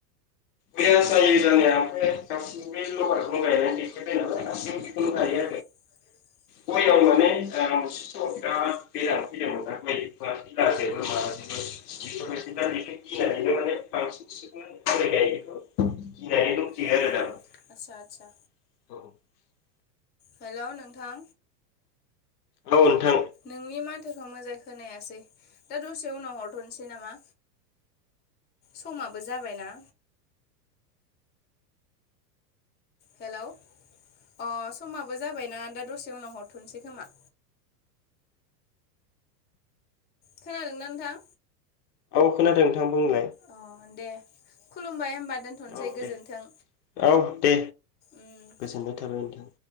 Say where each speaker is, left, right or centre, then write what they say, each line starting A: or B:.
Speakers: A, on the left (about 65°); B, on the left (about 20°).
A: बेयो जायो जानाया ओमफ्राय गासिबो लबरखौनो गायनानै देखायबाय नालाय गाससिबो बेखौनो गायो
B: <inaudible>
A: गययाव मानें मोनसे समाव बिराद गोजान फैदोंमोन नना गय म फैलाजोबो माबाजोबो <unintelligible> बे दि माने बांसिन <unintelligible> गय गायनायखौ गिनानै दंखियो
B: अ
A: आरो द <unintelligible>
B: आदसा आदसा हेल' नोंथां
A: औ नोंथां
B: नोंनि मा थोखौ मोजाङै खोनायासै दा दसे उनाव हरथ'नोसै नामा समाबो जाबायना हेलौ अ समाबो जाबायना दा दसे उनाव हरथ'सै खोमा खोनादोंना नोंथां
A: औ खोनादों नोंथां बुंलाय
B: अ दे खुलुमबाय होमबा दोन्थ'नोसै
A: औ
B: गोजोन्थों
A: दे औ दे
B: उम।
A: गोजोननाय थाबाय नोंथां